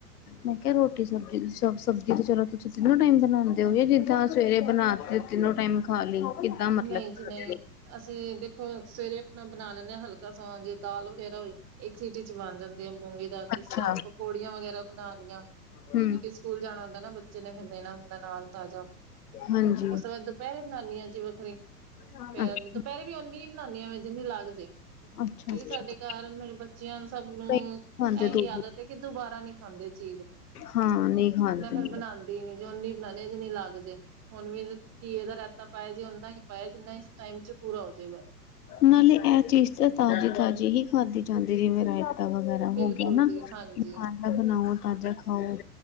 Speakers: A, on the left; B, on the right.
A: ਮੈਂ ਕਿਹਾ ਰੋਟੀ ਸਬਜ਼ੀ ਸ, ਸਬਜ਼ੀ ਤੇ ਚਲੋ ਤੁਸੀਂ ਤਿੰਨੋ ਟਾਈਮ ਬਣਾਉਂਦੇ ਹੋ, ਜਿੱਦਾਂ ਸਵੇਰੇ ਬਣਾ ਤੇ ਤਿੰਨੋ ਟਾਈਮ ਖਾਲੀ ਕਿੱਦਾਂ ਮਤਲਬ
B: ਨਹੀਂ ਜੀ ਨਹੀਂ। ਅਸੀਂ ਦੇਖੋ ਸਵੇਰੇ ਆਪਣਾ ਬਣਾ ਲੈਂਦੇ ਹਾਂ ਹਲਕਾ ਸਮਾਨ ਜੇ ਦਾਲ ਵਗੈਰਾ ਹੋਈ। ਇੱਕ ਸਿਟੀ ਚ ਬਣ ਜਾਂਦੀ ਆ ਮੂੰਗੀ ਦਾਲ, ਕਿਸੀ
A: ਅੱਛਾ,
B: ਟਾਈਮ ਪਕੌੜੀਆਂ ਵਗੈਰਾ ਬਣਾ ਲਈਆਂ
A: ਹੂ
B: ਕਿਉਂਕਿ ਸਕੂਲ ਜਾਣਾ ਹੁੰਦਾ ਨਾ ਬੱਚੇ ਨੇ ਫਿਰ ਦੇਣਾ ਹੁੰਦਾ ਨਾਲ ਤਾਜ਼ਾ,
A: ਹਾਂਜੀ।
B: ਉਸ ਤੋਂ ਬਾਅਦ ਦੁਪਹਿਰੇ ਬਨਾਨਨੀ ਆਂ, ਜਿਵੇਂ
A: ਅੱਛਾ,
B: ਫੇਰ ਦੁਪਹਿਰੀ ਵੀ ਓਨੀ ਹੀ ਬਣਾਉਂਦੀ ਹਾਂ ਮੈਂ ਜਿੰਨੀ ਲੱਗ ਜੇ।
A: ਅੱਛਾ,
B: ਕਿਉਂਕਿ
A: ਅੱਛਾ।
B: ਸਾਡੇ ਘਰ ਮੇਰੇ ਬੱਚਿਆਂ ਸਭ ਨੂੰ
A: ਕਈ ਖਾਂਦੇ
B: ਇਹੀ
A: ਦੂਰ
B: ਆਦਤ ਹੈ ਕਿ, ਦੁਬਾਰਾ ਨੀ! ਖਾਂਦੇ ਚੀਜ਼,
A: ਹਾਂ, ਨਹੀਂ ਖਾਂਦੇ।
B: ਮੈਂ ਫਿਰ
A: ਨੇ।
B: ਬਣਾਉਦੀ ਬਣਾਂਦੀ ਨੀ, ਜੀ ਉਨੀ ਹੀ ਬਣਾਉਦੇ ਆ, ਜੀਨੀ ਲੱਗ ਜੇ, ਹੁਣ ਵੀ ਘੀਏ ਦਾ ਰਾਇਤਾ ਪਾਇਆ ਜੇ ਪਾਇਆ ਜਿੰਨਾ ਇਸ ਟਾਈਮ ਚ ਪੂਰਾ ਹੋ ਜਾਵੇਗਾ।
A: ਨਾਲੇ ਇਹ ਚੀਜ਼ ਤਾਂ ਤਾਜ਼ੀ ਤਾਜ਼ੀ ਹੀ ਖਾਧੀ ਜਾਂਦੀ ਜਿਵੇਂ ਵਾ ਵਗੈਰਾ ਹੋ
B: ਬਿਲਕੁਲ
A: ਗਿਆ ਨਾ
B: ਜੀ ਹਾਂਜੀ
A: ਤਾਜ਼ਾ ਬਣਾਓ ਤਾਜ਼ਾ ਖਾਓ,